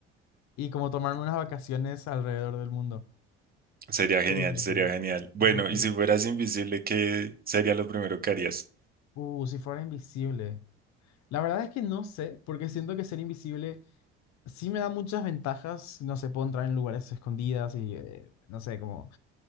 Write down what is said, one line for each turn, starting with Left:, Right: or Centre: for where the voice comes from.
Left: Y como tomarme unas vacaciones alrededor del mundo.
Right: Sería genial,
Left: Eh,
Right: sería genial. Bueno,
Left: sí,
Right: y
Left: sí.
Right: si fueras invisible, ¿qué sería lo primero que harías?
Left: Uh, si fuera invisible. La verdad es que no sé, porque siento que ser invisible sí me da muchas ventajas. No sé, puedo entrar en lugares escondidas y eh, no sé, como,